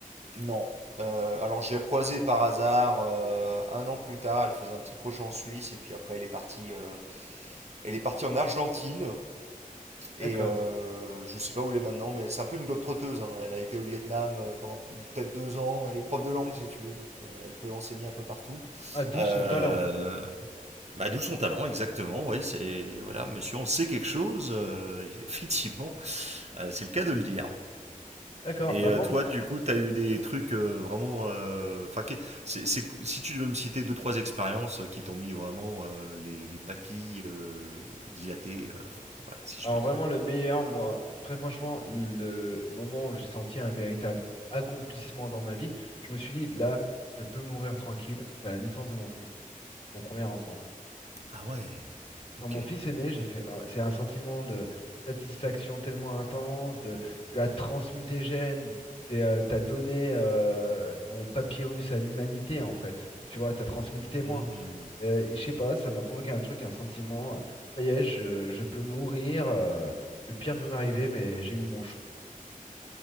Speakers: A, on the right (about 50°); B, on the left (about 40°).
A: Non. Euh, alors je l'ai recroisée par hasard euh, un an plus tard, elle faisait un petit crochet en Suisse et puis après elle est partie, euh, elle est partie en Argentine et
B: D'accord.
A: euh, je sais pas où elle est maintenant, mais c'est un peu une globe-trotteuse. hein. Elle a été au Vietnam euh, pendant peut-être deux ans, elle est prof de langue si tu veux, donc euh, elle peut enseigner un peu partout.
B: Ah, d'où
A: Euh,
B: son talent.
A: Bah, d'où son talent, exactement. Oui, c'est voilà, monsieur, on sait quelque chose. euh, effectivement, Euh, c'est le cas de le dire.
B: D'accord,
A: Et
B: bah
A: euh,
B: moi,
A: toi,
B: mon
A: du coup, t'as eu des trucs euh, vraiment. euh, Enfin, que- c'est- c'est- si tu devais me citer deux trois expériences qui t'ont mis vraiment euh, les, les papilles euh, dilatées, euh, voilà, si
B: Alors
A: je puis
B: vraiment
A: dire.
B: le meilleur, moi, très franchement, le moment où j'ai senti un véritable accomplissement dans ma vie, je me suis dit, là, je peux mourir tranquille, c'est à la naissance de mon fils, mon premier enfant.
A: Ah ouais.
B: Quand
A: Ok.
B: mon fils est né, j'ai fait, Ah, c'est un sentiment de satisfaction tellement intense, de, tu as transmis tes gènes, c'est, euh, t'as donné euh, ton papyrus à l'humanité en fait. Tu vois, t'as transmis le témoin.
A: Hmm.
B: Euh, et je sais pas, ça m'a provoqué un truc, un sentiment. euh, Ça y est, je, je peux mourir. euh, le pire peut m'arriver, mais j'ai eu mon chou.